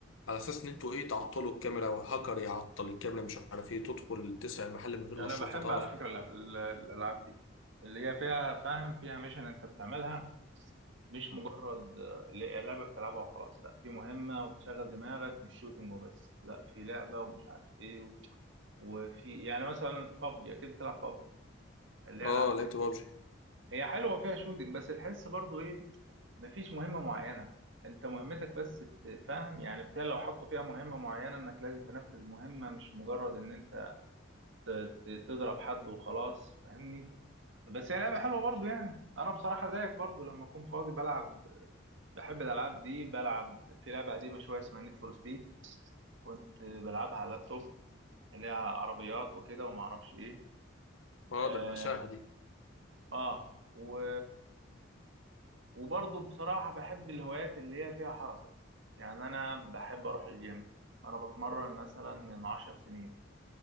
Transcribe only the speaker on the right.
أنا
بحب
على فكرة الأف- ال- الألعاب دي اللي هي فيها فاهم فيها ميشن أنت بتعملها مش مجرد آه، اللي- لعبة بتلعبها وخلاص لا في مهمة وبتشغل دماغك مش شوتنج وبس لا في لعبة ومش عارف إيه و- وفي يعني مثلا بابجي أكيد بتلعب بابجي اللي هي
على التليفون
هي حلوة فيها شوتنج بس تحس برضو إيه مفيش مهمة معينة انت مهمتك بس تفهم يعني بتاع لو حطوا فيها مهمة معينة انك لازم تنفذ مهمة مش مجرد ان انت ت- ت- تضرب حد وخلاص فاهمني بس هي لعبة حلوة برضو يعني انا بصراحة زيك برضو لما اكون فاضي بلعب بحب الالعاب دي بلعب في لعبة قديمة شوية اسمها نيد فور سبيد كنت بلعبها على اللابتوب اللي هي عربيات وكده وما اعرفش ايه
اه,
آه. و وبرضه بصراحة بحب الهوايات اللي هي فيها حركة يعني أنا بحب أروح الجيم أنا بتمرن مثلا من عشر سنين